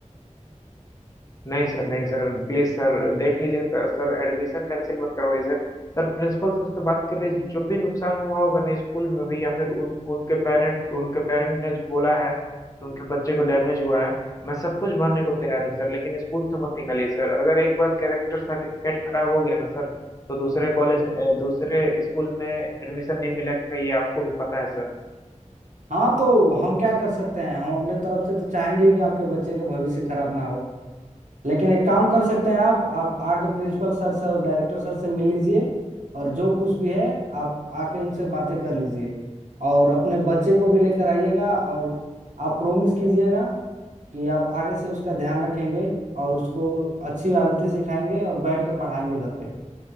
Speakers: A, on the left; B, on the right.
A: नहीं सर नहीं सर प्लीज सर देख लीजिए क- सर एडमिशन कैंसिल मत करवाइए सर सर प्रिंसिपल सर से बात कर लीजिए जो भी नुकसान हुआ होगा ना स्कूल में भी या फिर उन उनके पेरेंट उनके पेरेंट ने जो बोला है कि उनके बच्चे को डैमेज हुआ है मैं सब कुछ भरने को तैयार हूँ सर लेकिन स्कूल से मत निकालिए सर अगर एक बार कैरेक्टर सर्टिफिकेट खराब हो गया ना सर तो दूसरे कॉलेज दूसरे स्कूल में एडमिशन नहीं मिलेगा ये आपको भी पता है सर
B: हाँ तो हम क्या कर सकते हैं हम अपने तरफ से तो चाहेंगे ही कि आपके बच्चे का भविष्य खराब ना हो लेकिन एक काम कर सकते हैं आप आप आके प्रिंसिपल सर से और डायरेक्टर सर से मिल लीजिए और जो कुछ भी है आप आके उनसे बातें कर लीजिए और अपने बच्चे को भी लेकर आइएगा और आप प्रोमिस कीजिएगा कि आप आगे से उसका ध्यान रखेंगे और उसको अच्छी आदतें सिखाएंगे और बैठ के पढ़ाएंगे घर पे